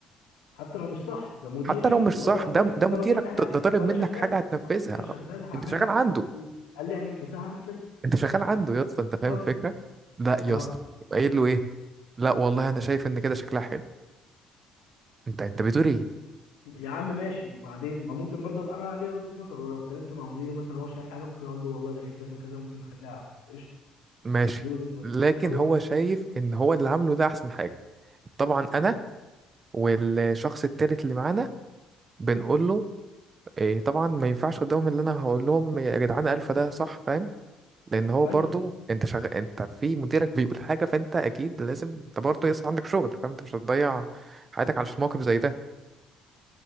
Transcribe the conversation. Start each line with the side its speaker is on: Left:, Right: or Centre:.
Left: حتى لو مش صح ده مديري
Right: حتى لو
Left: وهو
Right: مش صح
Left: طلب
Right: ده
Left: مني
Right: ده مديرك
Left: طلب مني حاجه
Right: ط- ده طالب
Left: وانا
Right: منك
Left: شغال
Right: حاجه هتنفذها
Left: اه انا شغال هعمله
Right: انت شغال عنده
Left: قال قال لي اعمل كذا هعمل كذا
Right: انت
Left: يعني
Right: شغال عنده
Left: بس
Right: يا اسطى انت فاهم
Left: اه
Right: الفكره لا يا
Left: اه
Right: اسطى يبقى قايل له ايه لا والله انا شايف ان كده شكلها حلو انت انت بتقول ايه
Left: يا عم ماشي وبعدين ما ممكن برضه ابقى انا ليا وجهة نظر ولو اتكلمت مع مديره مثلا هو شايف حاجه ممكن اقول له والله ده في كذا كذا ممكن نخليها احسن قشطه
Right: ماشي
Left: دي وجهة نظر
Right: لكن
Left: هو
Right: هو شايف ان هو اللي عامله ده احسن حاجه طبعا
Left: مم.
Right: انا والشخص التالت اللي معانا بنقول له إيه طبعا ما ينفعش قدامهم اللي انا هقول لهم يا جدعان الفا ده صح فاهم لان هو
Left: ايوه
Right: برضو انت شغال انت في مديرك بيقول حاجه فانت اكيد لازم انت برضو يصل عندك شغل فاهم انت مش هتضيع حياتك على موقف زي ده